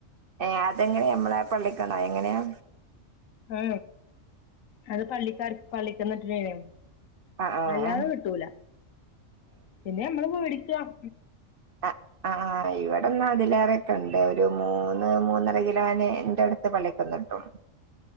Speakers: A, on the right; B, on the left.
A: ഏ അതെങ്ങനെയാ നമ്മളെ പള്ളിക്കാണോ എങ്ങനെയാ
B: ആ അത് പള്ളിക്കാർക്ക് പള്ളിക്കിന്ന് കിട്ടണേനും
A: ആഹ് ആഹ്
B: അല്ലാതെ കിട്ടൂല പിന്നെ നമ്മള് മേടിക്കണം
A: ആ ആ ഇവിടെന്നാ അതിലേറെയൊക്കെയിണ്ട് മൂന്ന് മൂന്നര കിലോന് എന്റെ അടുത്ത് പള്ളിക്കിന്ന് കിട്ടും